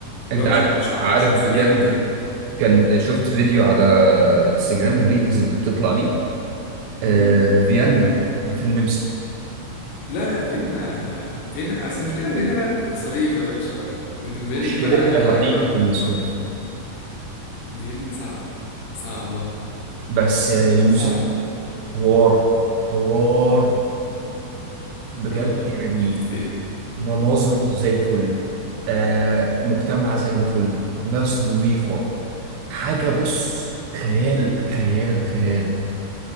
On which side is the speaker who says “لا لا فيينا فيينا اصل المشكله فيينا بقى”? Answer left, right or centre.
Left